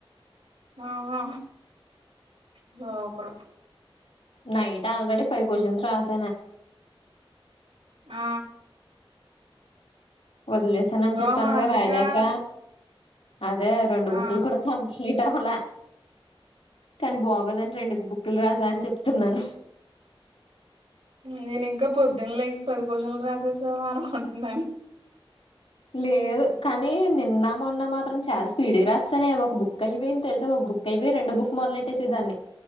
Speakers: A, on the right; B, on the left.
A: హా super
B: night already five question రాస
A: ఆ
B: వదిలేసానని చెప్పానుగా
A: ఓహో అందుకా
B: రాయలేక అదే రెండు
A: ఆ ఆ
B: బుక్లు కూడా కంప్లీట్ అవ్వల కానీ బాగోదని రెండు బుక్కులు
A: ఉమ్
B: రాసా అని చెప్తున్నాను
A: నేను ఇంకా పొద్దున లే పది క్యూస్షన్ రాసేసావా అనుకుంటున్నాను
B: లేదు కానీ నిన్న మొన్న మాత్రం చాలా స్పీడ్గా రాస్తానే ఒక బుక్ అయిపోయింది తెలుసా ఒక బుక్ అయిపోయి రెండు బుక్ మొదలెట్టేసే దాన్ని